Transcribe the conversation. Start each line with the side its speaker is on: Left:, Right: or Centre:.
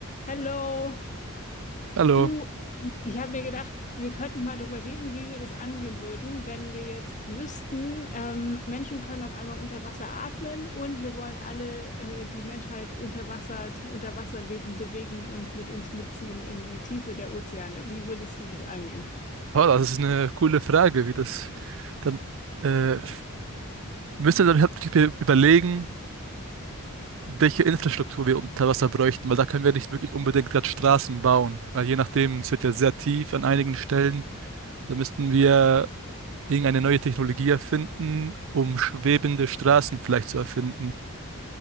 Left: Hallo,
Right: Hallo.
Left: du, ich habe mir gedacht, wir könnten mal darüber reden, wie wir das angehen würden, wenn wir jetzt wüssten, ähm, Menschen können auf einmal unter Wasser atmen und wir wollen alle äh, die Menschheit unter Wasser zum Unterwasserleben bewegen und mit uns mitziehen in die Tiefe der Ozeane. Wie würdest du das angehen?
Right: Oh, das ist eine coole Frage, wie das dann äh, müssen dann halt wirklich überlegen, welche Infrastruktur wir unter Wasser bräuchten, weil da können wir nicht wirklich unbedingt gerade Straßen bauen, weil je nachdem, es wird ja sehr tief an einigen Stellen. Da müssten wir irgendeine neue Technologie erfinden, um schwebende Straßen vielleicht zu erfinden.